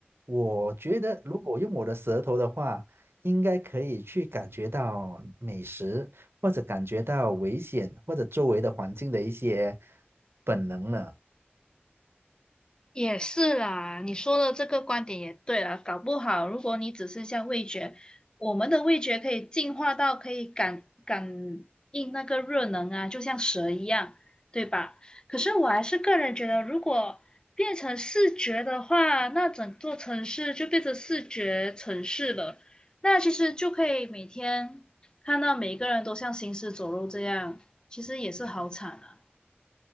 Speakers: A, on the right; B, on the left.
A: 我觉得如果用我的舌头的话，应该可以去感觉到美食，或者感觉到危险，或者周围的环境的一些本能呢。
B: 也是啦，你说的这个观点也对啦，搞不好如果你只剩下味觉，我们的味觉可以进化到可以感感应那个热能啊，就像蛇一样，对吧？可是我还是个人觉得，如果变成视觉的话，那整座城市就变成视觉城市了。那其实就可以每天看到每一个人都像行尸走肉这样，其实也是好惨啊。